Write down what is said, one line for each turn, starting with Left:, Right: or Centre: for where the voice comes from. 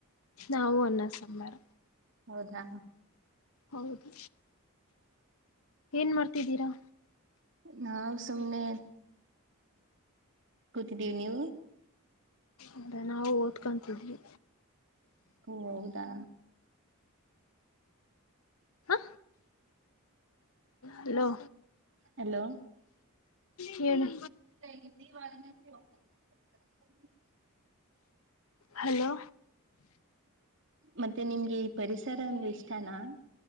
Left: ನಾವು ಅನ್ನ, ಸಾಂಬಾರ.
Right: ಹೌದಾ.
Left: ಹೌದು ಏನ್ ಮಾಡ್ತಿದ್ದೀರಾ.
Right: ನಾವು ಸುಮ್ನೆ ಕೂತಿದ್ದೀವಿ ನೀವು.
Left: ಅದ ನಾವು ಓದ್ಕೊಂತಿದ್ವಿ.
Right: ಓಹ್ ಹೌದಾ.
Left: ಹ ಹಲೋ.
Right: ಹಲೋ
Left: ಹೇಳು
Right: <unintelligible>
Left: ಹಲೋ
Right: ಮತ್ತೆ ನಿಮ್ಗೆ ಈ ಪರಿಸರ ಅಂದ್ರೆ ಇಷ್ಟನಾ.